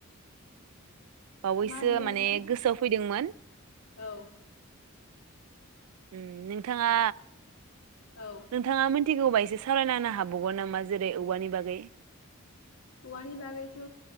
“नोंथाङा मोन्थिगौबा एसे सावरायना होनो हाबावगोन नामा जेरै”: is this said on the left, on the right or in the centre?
Right